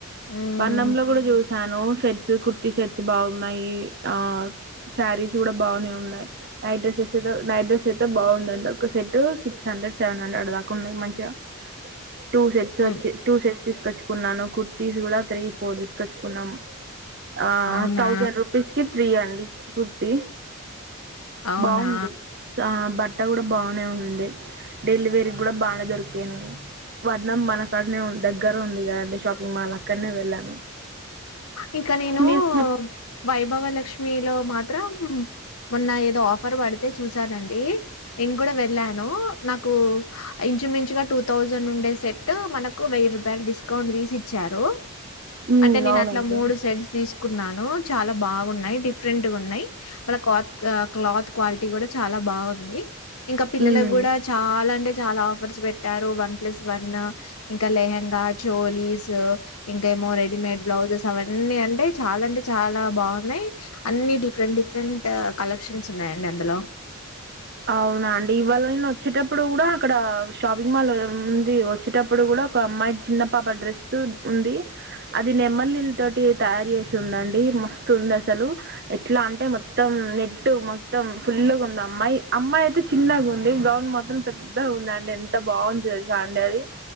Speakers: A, on the left (about 85°); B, on the right (about 50°).
A: మ్మ్
B: వర్ణంలో కూడా చూసాను సెట్స్ కుర్తి సెట్స్ బాగున్నాయి ఆ సరీస్ కూడా బాగానే ఉన్నాయి నైట్ డ్రెసెస్ అయితే నైట్ డ్రెస్సెస్ అయితే బాగుందండి ఒక set six hundred seven hundred దాకా ఉన్నాయి మంచిగా అ టూ సెట్స్
A: మ్మ్
B: వచ్చి టూ సెట్స్ తీసుకొచ్చుకున్నాను కుర్తీస్ కూడా త్రీ ఫోర్ తీసుకొచ్చుకున్నాం ఆ
A: అవునా
B: తౌసెండ్ రూపీస్ కి త్రి అండి కుర్తి
A: అవునా
B: బాగుంది ఆ బట్ట కూడా బానే ఉంది డెలివరీ కూడా బాగా దొరికింది వర్ణం మన కాడనే ఉంది దగ్గర ఉంది కదండి షాపింగ్ మాల్ అక్కడనే వెళ్ళాను
A: ఇంకా నేను
B: మీరు షాప్
A: వైభవ లక్ష్మిలో మాత్ర మాత్రం మొన్న ఏదో ఆఫర్ పడితే చూసానండి నేను కూడా వెళ్ళాను నాకు ఇంచుమించుగా టూ తౌసెండ్ నుండి డే సెట్ మన కు వెయ్యి రూపాయ డిస్కౌంట్ తీచ్చారు
B: హ్మ్
A: అంటే నేను
B: అవునండి.
A: ఇట్లా మూడు సెట్స్ తీసు న్నాను చాలా బాగున్నాయి డిఫరెంట్ గా ఉన్నాయి మళ్ళ కాత్ క్లాత్ క్వాలిటీ కూడా చాలా బాగుంది ఇంకా పిల్లలకు
B: హ్మ్
A: కూడా చాలా అంటే చాలా ఆఫర్స్ పెట్టారు వన్ ప్లస్ వన్ ఇంకా లెహెంగా చోలీస్ ఇంకేమో రెడీ మేడ్ బ్లౌజెస్ అవన్నీ అంటే చాలా అంటే చాలా బాగున్నాయి అన్ని డిఫరెంట్ డిఫరెంట్ కలెక్షన్స్ ఉన్నాయండి అందులో
B: అవునా అండి ఇవాళ నేను వచ్చేటప్పుడు కూడా అక్కడ షాపింగ్ మాల్ ఉంది వచ్చేటప్పుడు కూడా ఒక అమ్మాయి చిన్న పాప డ్రెస్ ఉంది అది నెమలీల తోటి తయారు చేసి ఉందండి మస్తు ఉంది అసలు ఎట్లా అంటే మొత్తం నెట్టు మొత్తం ఫుల్గా ఉంది అమ్మాయి అమ్మాయి అయితే చిన్నగా ఉంది గౌన్ మొత్రం పెద్దగా ఉందండి ఎంత బాగుంది తెలుసా అండి అది